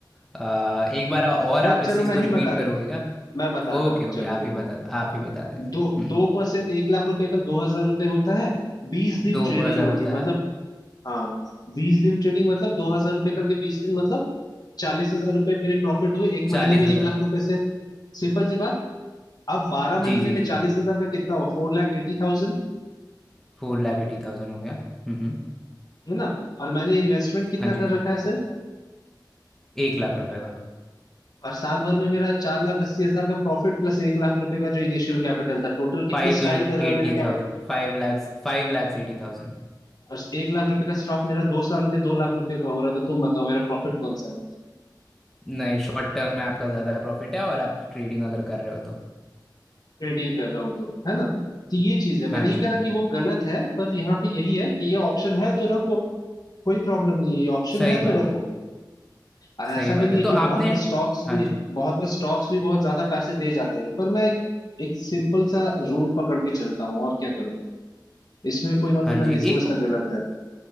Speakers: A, in the centre; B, on the left.
A: अ, एक बार और
B: मैं
A: आप इस
B: चलो
A: चीज़
B: मैं
A: को
B: ही
A: रिपीट
B: बता देता
A: करोगे
B: हूँ
A: क्या
B: मैं बताता
A: ओके
B: हूँ
A: ओके
B: चलो
A: आप
B: देखो
A: ही बता आप ही बता दीजिए
B: दो
A: हम्म
B: दो परसेंट एक लाख रुपए का दो हजार रुपये होता है बीस दिन
A: दो
B: ट्रेडिंग
A: हजार
B: होती
A: होता
B: है मतलब
A: है
B: हाँ बीस दिन ट्रेडिंग मतलब दो हजार रुपये करके बीस दिन मतलब चालीस हजार रुपये मेरे प्रॉफिट हुए एक
A: चालीस
B: महीने में
A: हजार
B: एक लाख रुपए से सिंपल सी बात अब बारह
A: जी
B: महीने
A: जी
B: में
A: जी
B: चालीस हजार का कितना हुआ फोर लाख एटी थाउजेंड
A: फोर लाख एटी थाउजेंड हो गया हम्म
B: है ना और मैंने इन्वेस्टमेंट कितना
A: हाँ जी
B: कर रखा है सिर्फ
A: एक लाख रुपए का
B: और साल भर में मेरा चार लाख अस्सी हजार का प्रॉफिट प्लस एक लाख रुपए का जो इनिशियल कैपिटल था टोटल कितना
A: फाइव
B: स्टैंड
A: लाख
B: कर रहा
A: एटी
B: है मेरा कैपिटल
A: थाउजेंड फाइव lakhs फाइव lakhs एटी थाउजेंड
B: और एक लाख रुपए का स्टॉक मेरा दो साल में दो लाख रुपए का हो रहा है तो तुम बताओ मेरा प्रॉफिट कौन सा है
A: नहीं शॉर्ट टर्म में आपका ज़्यादा प्रॉफिट है और आप ट्रेडिंग अगर कर रहे हो तो
B: ट्रेडिंग कर रहा हूँ तो है ना तो ये चीज है
A: हाँ
B: मैं नहीं
A: जी
B: कह रहा कि वो गलत है पर यहाँ पे यही है कि ये ऑप्शन है तो रखो कोई प्रॉब्लम नहीं है ये ऑप्शन
A: सही
B: है तो
A: बात
B: रखो
A: है
B: और ऐसा
A: सही बात
B: भी नहीं
A: है
B: है
A: तो
B: कि बहुत
A: आपने
B: बार स्टॉक्स
A: हाँ
B: भी
A: जी
B: बहुत बार स्टॉक्स भी बहुत ज्यादा पैसे दे जाते हैं पर मैं एक एक सिंपल सा रूल पकड़ के चलता हूँ और क्या करूँ इसमें कोई मतलब
A: हाँ
B: मैं
A: जी
B: नहीं समझता
A: एक
B: गलत है